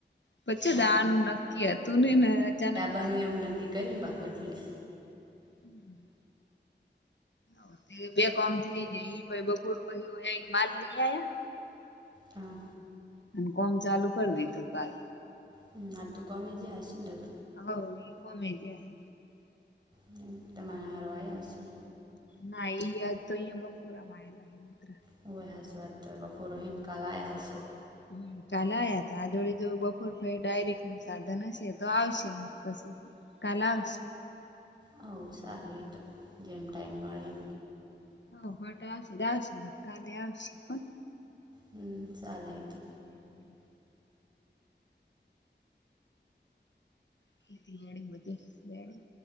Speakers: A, on the left; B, on the right.
A: પછી
B: પણ
A: દાનું નક્કી હતું ને ને અચાનક
B: બન એવું ન કરી ને <unintelligible>
A: હમ્મ હ તે બે કામ થઈ જાય ઈ ભાઈ બપોર બહી હોએ ન માલ દી આયા?
B: હા
A: અન કોમ ચાલુ કરી દીધું કાલ.
B: હમ્મ, આજ તો કોમે જ્યા હશે ન ર
A: હવ ઈ કોમે ગ્યા હે.
B: હમ્મ, તમાર હાહરો આયા હશે?
A: ના, ઈય આજ તો ઈય બપોરમ આયલા.
B: હોવે, હાસ વાત તોય બપોર હીન કાલ આયા હશે.
A: હમ્મ. કાલે આયા તા, આજ વળી જો બપોર પહી ડાયરેક્ટનું સાધન હશે તો આવશે નક પસી કાલ આવશુ
B: હવ સાલે ઈ તો, જેમ ટાઈમ મળે એમ.
A: <unintelligible>
B: હમ્મ, સાલે ઈ તો.
A: હમ્મ. ખેતીવાડીમ બધી વેડી